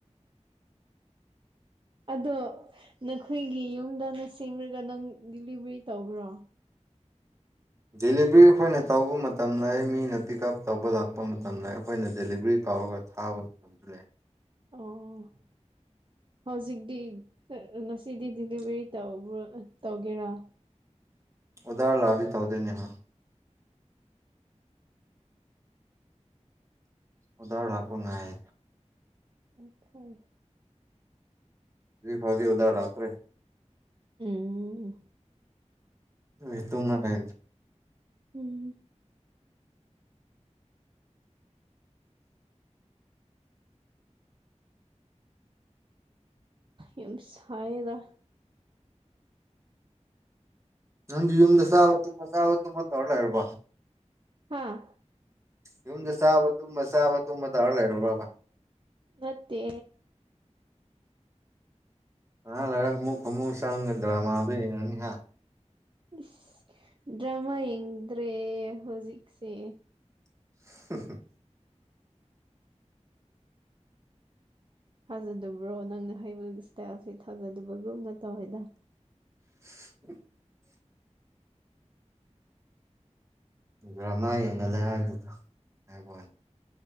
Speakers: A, on the right; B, on the right.
A: ꯑꯗꯣ ꯅꯈꯣꯏꯒꯤ ꯌꯨꯝꯗꯅ ꯁꯦꯝꯂꯒ ꯅꯪ ꯗꯤꯂꯤꯚꯔꯤ ꯇꯧꯕ꯭ꯔꯣ
B: ꯗꯦꯂꯤꯚꯔꯤ ꯑꯩꯈꯣꯏꯅ ꯇꯧꯕ ꯃꯇꯝꯗ ꯃꯤꯅ ꯄꯤꯛ ꯎꯞ ꯇꯧꯕ ꯂꯥꯛꯄ ꯃꯇꯝꯗ ꯑꯩꯈꯣꯏꯅ ꯗꯦꯂꯤꯚꯔꯤ ꯀꯥꯎꯒ ꯊꯥꯕꯗꯨ ꯂꯩ
A: ꯑꯣ ꯍꯧꯖꯤꯛꯇꯤ ꯉꯁꯤꯗꯤ ꯗꯤꯂꯤꯚꯔꯤ ꯇꯧꯒꯦꯔꯥ
B: ꯎꯗꯔ ꯂ ꯑꯗꯤ ꯊꯧꯗꯅꯦꯍ ꯎꯗꯔ ꯂꯥꯛꯀꯣ ꯉꯑ
A: ꯑꯈꯣꯏ
B: ꯑꯗꯨ ꯐꯥꯎꯖꯤ ꯑꯣꯥ ꯂꯥꯛꯇ꯭ꯔꯦ
A: ꯎꯝ
B: ꯍ ꯇꯣꯅꯔ
A: ꯎꯝ ꯌꯁꯥꯏꯗ
B: ꯅꯪ ꯌꯨꯝꯗ ꯁꯕ ꯇꯨꯝꯕ ꯁꯕ ꯇ ꯃ ꯑꯣꯏꯔꯂꯔꯕ
A: ꯍꯥꯥ
B: ꯌꯨꯝꯗ ꯆꯥꯕ ꯇꯨꯝꯕ ꯆꯥꯕ ꯇꯨꯝꯕ ꯇꯧꯔ ꯂꯩꯔꯕꯕ
A: ꯅꯠꯇꯦ
B: ꯑ ꯂꯔ ꯑꯃꯨꯛ ꯑꯃꯨꯛ ꯆꯪꯒꯗ꯭ꯔꯃꯥꯗꯨ ꯌꯦꯡꯉꯅꯤ ꯍꯥꯏ
A: ꯏꯁ ꯗ꯭ꯔꯃꯥ ꯌꯦꯡꯗ꯭ꯔꯦ ꯍꯧꯖꯤꯛꯁꯦ
B: <inaudible>
A: ꯊꯥꯖꯗꯕ꯭ꯔꯣ ꯅꯪꯅ ꯍꯩꯕꯒꯤ ꯏꯁꯇꯥꯏꯜꯁꯤ ꯊꯥꯖꯗꯕꯒꯨꯝꯅ ꯇꯧꯋꯦꯗ
B: <inaudible> ꯒ꯭ꯔꯃꯥ ꯌꯦꯡꯍꯜꯂꯦ ꯍꯥꯏꯕꯗꯨꯗ ꯍꯥꯏꯕ ꯋꯥꯅꯤ